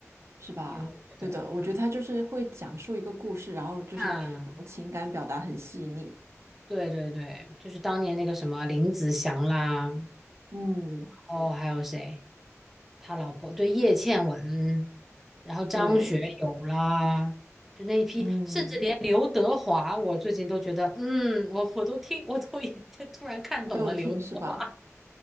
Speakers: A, on the right; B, in the centre.
A: 是吧？
B: 你有没有觉得？
A: 对的，我觉得它就是会讲述一个故事，
B: 嗯
A: 然后就是那种情感表达很细腻，
B: 啊，对对对，就是当年那个什么林子祥啦，然
A: 嗯，
B: 后还有谁？他老婆对叶倩文，然后张学友啦，
A: 对，
B: 就那一批，
A: 嗯，
B: 甚至连刘德华，我最近都觉得，嗯，我我都听，我都已经突然看懂了刘德华。
A: 都有听是吧？
B: <laughs>